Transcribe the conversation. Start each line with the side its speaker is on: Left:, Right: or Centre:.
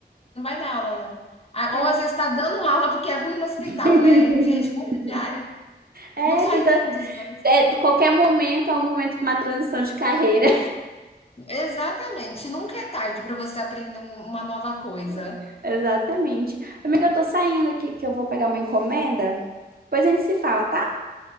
Left: Não vai dar aula, não. Ah,
Right: É,
Left: Ou às vezes está dando aula porque é ruim no hospital,
Right: <laughs>
Left: né? E, Gente, muda de área.
Right: É,
Left: Não faz
Right: tem
Left: <laughs> nenhum dos dois.
Right: É, de qualquer momento é um momento para uma transição de carreira.
Left: Exatamente, nunca é tarde para você aprender um- uma nova coisa.
Right: <laughs> Exatamente. Amiga, eu tô saindo aqui que eu vou pegar uma encomenda. Depois a gente se fala, tá?